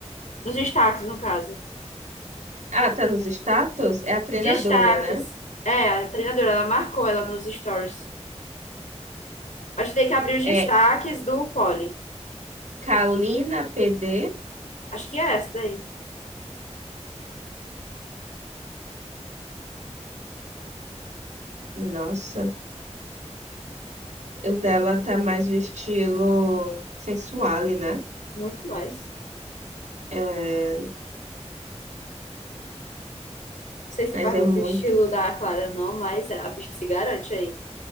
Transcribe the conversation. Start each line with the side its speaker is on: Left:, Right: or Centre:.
Left: nos destaques, no caso.
Right: Ah, tá nos status? É a treinadora,
Left: Destaques.
Right: né?
Left: É, a treinadora, ela marcou ela nos stories. Acho que tem que abrir os destaques
Right: É
Left: do Poli.
Right: Kalina PD.
Left: Acho que é essa daí.
Right: Nossa, o dela tá mais o estilo sensual, né?
Left: Muito mais. Não
Right: É,
Left: sei se
Right: Mas
Left: faz
Right: é
Left: muito
Right: muito.
Left: estilo da Clara, não, mas a bicha se garante aí.